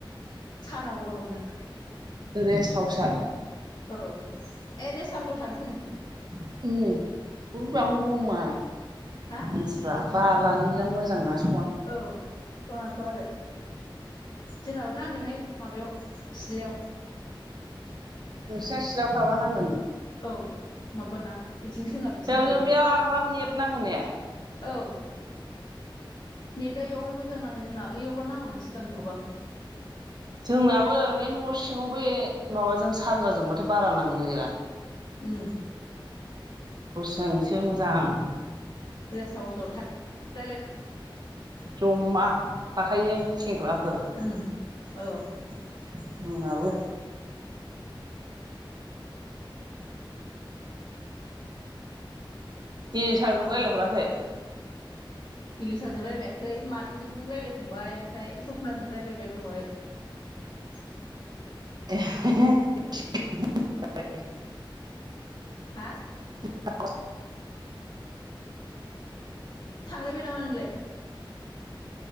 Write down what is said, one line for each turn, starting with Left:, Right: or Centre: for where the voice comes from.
Left: सानाव गरम जानानै
Right: रेस्ट हाउसआ
Left: औ ए रेस हाउसाव थांथों
Right: <unintelligible> मानसिफ्रा
Left: हा
Right: <unintelligible>
Left: औ खनाथ' आरो। जोंनाबो नांदोंहाय माबायाव सिलायाव
Right: नोंस्रा सिलायाव थाबा नांगोन।
Left: औ माबाना बेथिं सोनाबनिसो
Right: बेयाव
Left: नालाय
Right: जों बेयाव आराम नेट नाङो ने
Left: औ नेदा एयावहाय मोजां नाङो जोंना ओयावबा नाङामोन सिगांनियावबा।
Right: जोंनियाबो बे न' सिङाव बे माबाजों सानजाजोंबाथाय बारा नांनो नागिरा
Left: ओ
Right: जोंसो मोजां
Left: रेस्ट <unintelligible>
Right: जमा थाखायो सेंग्रा फोर
Left: उम औ
Right: जोंनाबो इलिसाजों रायलायहराखै
Left: इलिसाजों रायलायाखै मादैजों रायज्लायखांबाय ओमफ्राय सपनाजों रायज्लायबाय दहाय <unintelligible>
Right: <inaudible>
Left: हा
Right: <inaudible>
Left: थांलायबाय नामा नोंलाय